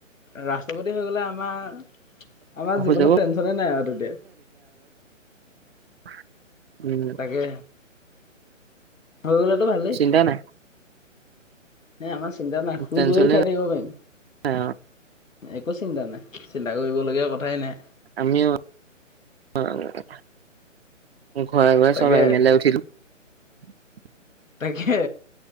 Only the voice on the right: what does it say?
হৈ
যাব
<inaudible> উম
চিন্তা নাই
টেনচনে
নাই
অ
আমিও <unintelligible> ঘৰে ঘৰে
চব এম এল এ উঠিদিওঁ।